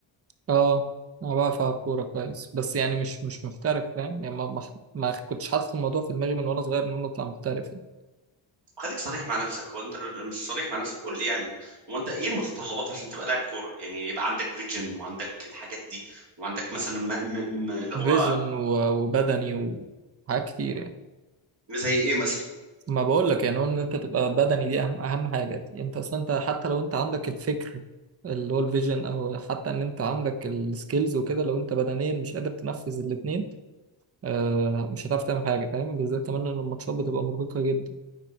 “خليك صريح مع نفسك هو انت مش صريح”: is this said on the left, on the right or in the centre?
Right